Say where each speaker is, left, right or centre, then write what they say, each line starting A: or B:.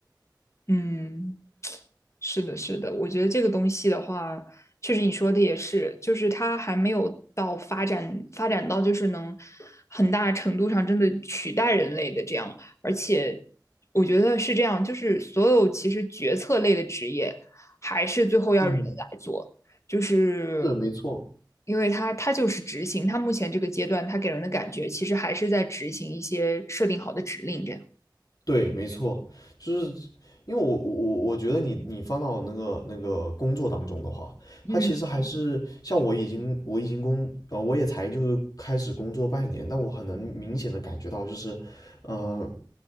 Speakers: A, on the left (about 40°); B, on the left (about 55°).
A: 嗯。是的，是的，我觉得这个东西的话，确实你说的也是，就是它还没有到发展发展到就是能很大程度上真的取代人类的这样，而且我觉得是这样，就是所有其实决策类的职业还是最后要人来做，
B: 嗯，
A: 就是
B: 是没错。
A: 因为它它就是执行，它目前这个阶段它给人的感觉其实还是在执行一些设定好的指令这样。
B: 对，没错，就是因为我我我我觉得你你放到那个那个工作当中的话，
A: 嗯，
B: 它其实还嗯是像我已经我已经工呃我也才就是开始工作半年，但我很能明显的感觉到就是，呃，